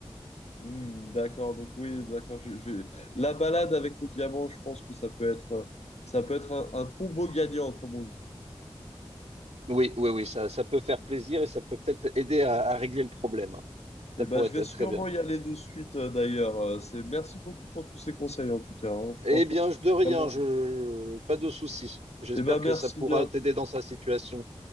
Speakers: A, on the left; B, on the right.
A: Hmm, d'accord, donc oui, d'accord. je- je- La balade avec le diamant, je pense que ça peut être, euh, ça peut être un, un combo gagnant, comme on dit.
B: Oui, oui, oui, ça, ça peut faire plaisir et ça peut peut-être aider à, à régler le problème.
A: Et
B: Ça
A: ben,
B: pourrait
A: je vais
B: être
A: sûrement
B: très bien.
A: y aller de suite, euh, d'ailleurs. Euh, c'est, merci beaucoup pour tous ces conseils, en tout cas. hein.
B: Eh
A: Franchement,
B: bien,
A: c'est
B: je- de rien,
A: vraiment.
B: je, pas de souci. J'espère
A: Et ben, merci
B: que ça pourra
A: bien.
B: t'aider dans sa situation.